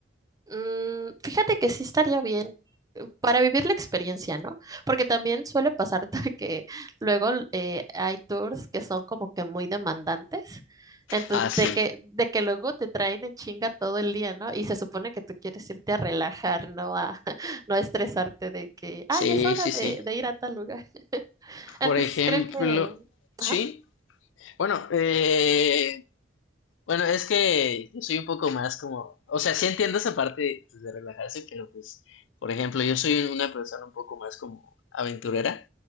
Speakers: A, on the right (about 20°); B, on the left (about 75°).
A: Mm, fíjate que sí estaría bien eh, para vivir la experiencia, ¿no? Porque también suele pasar <laughs> de que luego eh, hay tours que son como que muy demandantes, entonces
B: Ah, sí,
A: de que de que luego te traen en chinga todo el día, ¿no? Y se supone que tú quieres irte a relajar, no a <laughs> no a estresarte de que,
B: sí,
A: ah, ya es hora
B: sí,
A: de,
B: sí.
A: de ir a tal lugar. Entonces
B: Por ejemplo,
A: creo que,
B: sí.
A: ajá,
B: Bueno, eh, Bueno, es que yo soy un poco más como, o sea, sí entiendo esa parte pues, de relajarse, pero pues, por ejemplo, yo soy una persona un poco más como aventurera.